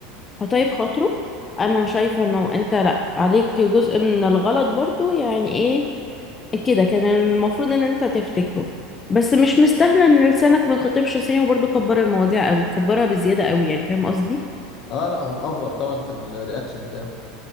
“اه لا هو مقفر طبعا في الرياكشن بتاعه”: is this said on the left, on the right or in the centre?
Left